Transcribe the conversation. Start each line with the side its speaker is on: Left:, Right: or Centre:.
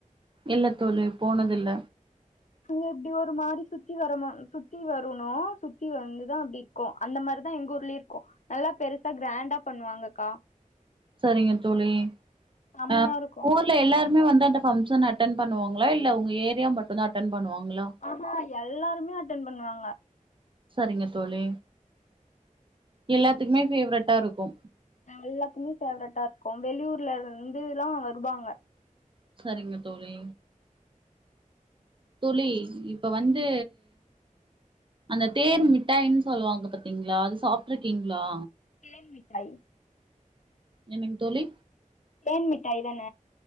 Right: இல்ல தோழி போனது இல்ல
Left: அங்க அப்டி ஒரு மாரி சுத்தி வரணு ம் சுத்தி வரணோ சுத்தி வந்துதா அப்டி இருக்கு அந்த மாரிதா எங்க ஊர்லயே இருக்கு நல்லா பெருசா கிராண்டா பண்ணுவாங்கக்கா
Right: சரிங்க தோழி
Left: செம்மையா
Right: அ
Left: இருக்கு
Right: ஊர்ல எல்லாருமே வந்து அந்த பங்க்ஷன் அட்டன் பண்ணுவங்ளா இல்ல உங்க ஏரியா மட்டுதா அட்டன் பண்ணுவாங்ள
Left: ஆமா எல்லாருமே அட்டன் பண்ணுவாங்க
Right: சரிங்க தோழி எல்லாத்துக்குமே பேவரட்டா இருக்கு
Left: ம் எல்லாத்துக்குமே பேவரட்டா இருக்கு வெளியூர்ல இருந்துலா வருவாங்க
Right: சரிங்க தோழி தோழி ப் இப்ப வந்து.. அந்த தேர் மிட்டாய்னு சொல்லுவாங்க பாத்தீங்ளா அத சாப்ட்டுருக்கீங்ளா
Left: தேன் மிட்டாய்
Right: என்னங்க தோழி
Left: தேன் மிட்டாய் தான